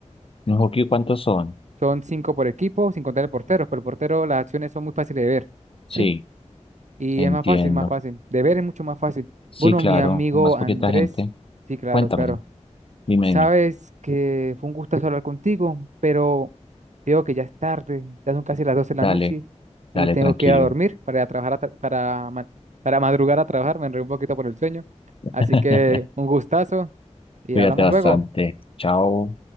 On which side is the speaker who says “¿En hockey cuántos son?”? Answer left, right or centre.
Left